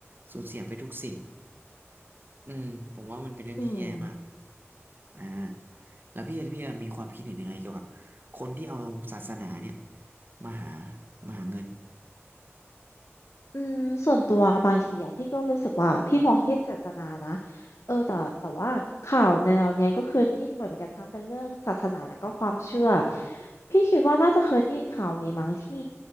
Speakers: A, on the right (about 45°); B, on the left (about 80°).
A: สูญเสียไปทุกสิ่งอืมผมว่ามันเป็นเรื่องที่แย่มาก
B: อืม
A: อ่าแล้วพี่พี่มีความคิดเห็นยังไงเกี่ยวกับคนที่เอาศาสนาเนี่ยมาหามาหาเงิน
B: อืมส่วนตัวบางทีอ่ะพี่ก็รู้สึกว่าพี่มองที่เจตนานะเออแต่แต่ว่าข่าวแนวเนี้ยก็เคยได้ยินบ่อยเหมือนกันทั้งเป็นเรื่องศาสนาและก็ความเชื่อพี่คิดว่าน่าจะเคยได้ยินข่าวนี้มั้งที่